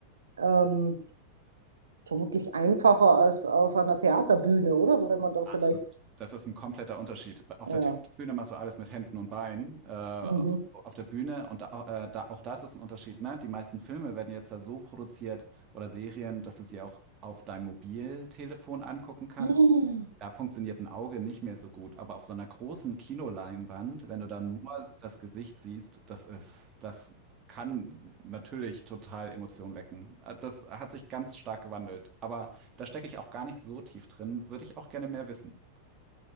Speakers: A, on the right; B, on the right.
A: ähm, vermutlich einfacher als auf einer Theaterbühne, oder? Weil man da
B: Absolut.
A: vielleicht
B: Das ist ein kompletter Unterschied. Auf
A: Ja.
B: der Bühne machst du alles mit Händen und Beinen. Äh, auf,
A: Mhm.
B: auf der Bühne, und da, äh, da, auch das ist ein Unterschied, ne? Die meisten Filme werden jetzt da so produziert oder Serien, dass du sie auch auf deinem Mobiltelefon angucken kannst.
A: Mhm.
B: Da funktioniert ein Auge nicht mehr so gut. Aber auf so einer großen Kinoleinwand, wenn du da nur das Gesicht siehst, das ist, das kann natürlich total Emotionen wecken. Äh, Das hat sich ganz stark gewandelt. Aber da stecke ich auch gar nicht so tief drin. Würde ich auch gerne mehr wissen.